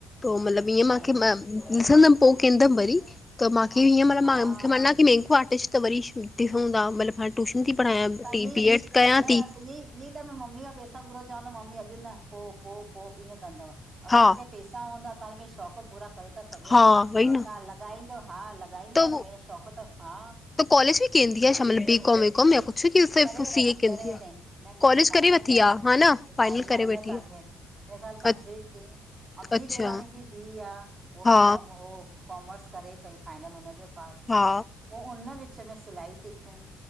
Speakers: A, on the left (about 25°); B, on the right (about 35°).
A: त मतिलबु ईअं मांखे
B: हूं
A: मां ॾिसंदमि। पोइ कंदमि वरी, त मांखे हीअं म़तलब
B: हा
A: मां मुंखे म़ना। <unintelligible> आर्टिस्ट त वरी ॾिसूं था मतिलबु हाणे ट्यूशन थी पढ़ायां
B: तव्हां
A: बी बी एड कयां थी।
B: ईअं, ईअं त मम्मी खां पैसा घुरो चवंद मम्मी अॼु न पोइ, पोइ, पोइ ईअं कंदव ऐं तव्हांखे।
A: हा
B: पैसा हूंदा तां फिर शौक़ु पूरा करे था सघो
A: हा
B: न तव्हां
A: वई न
B: लगा़ईंदव हालग ॻाईंदव
A: त
B: न भेण शौक़ त हा।
A: त कॉलेज ॿि कंदी शा मतलब बी कॉम वी कॉम याक छो की सिर्फ़
B: करेव
A: तु सी
B: तंहिं
A: ए कंदी
B: करेव
A: आ
B: तंहिं न न
A: कॉलेज
B: फाइनल
A: करे वठी
B: करेव
A: आ हा न फाइनल
B: हा न
A: करे
B: हिन
A: वेठी
B: साल
A: आ।
B: थियन हिन साल कंप्लीट
A: अ
B: कयईं ऐं
A: अच्छा
B: ॿि ॾेराणी जी धीउ आ उहो
A: हा
B: बि काम ओ कॉमर्स करे पई, फाइनल हुनजो पास थियो,
A: हा
B: पोइ उन विच में सिलाई सिखियई।